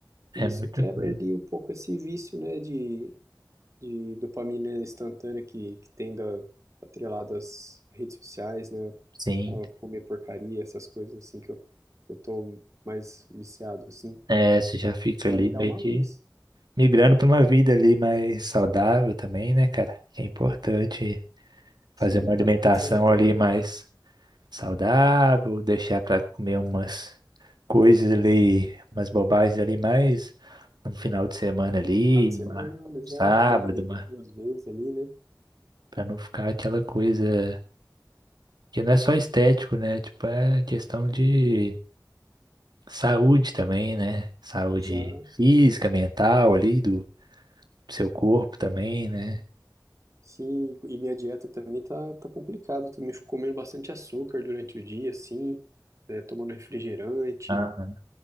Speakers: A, on the right (about 75°); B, on the right (about 45°).
A: é
B: E isso
A: muita
B: quebra
A: coisa.
B: ali um pouco esse vício, né, de, de dopamina instantânea que, que tem da, atrelado às redes sociais, né,
A: Sim,
B: a comer porcaria, essas coisas assim que eu, que eu tô mais viciado, assim.
A: é, você já fica
B: Isso
A: ali
B: vai me dar
A: meio
B: uma
A: que.
B: luz.
A: migrando para uma vida ali mais saudável também, né, cara? Que é importante
B: Sim,
A: fazer uma alimentação
B: tava pensando até.
A: ali mais saudável, deixar para comer umas coisas ali, umas bobagens ali mais no final de semana ali,
B: Final de
A: uma,
B: semana, exato,
A: um sábado,
B: uma vez,
A: uma,
B: duas vezes ali, né?
A: para não ficar aquela coisa que não é só estético, né? Tipo, é questão de saúde também, né? Saúde
B: Exato.
A: física, mental ali do seu corpo também, né?
B: Sim, e minha dieta também tá, tá complicada. Eu também fico comendo bastante açúcar durante o dia, assim, né? Tomando refrigerante,
A: Ah,